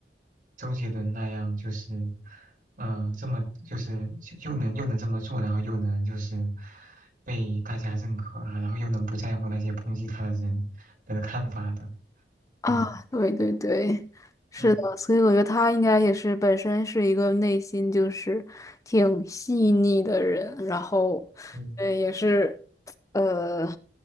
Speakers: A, on the right (about 50°); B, on the left (about 20°).
A: 周杰伦那样，就是，呃，这么就是就又能又能这么做，然后又能就是被大家认可啊，然后又能不在乎那些抨击他的人的看法的，
B: 啊，
A: 嗯
B: 对对对，是的，
A: 嗯
B: 所以我觉得他应该也是本身是一个内心就是挺细腻的人，然后，
A: 嗯
B: 呃，也是，呃，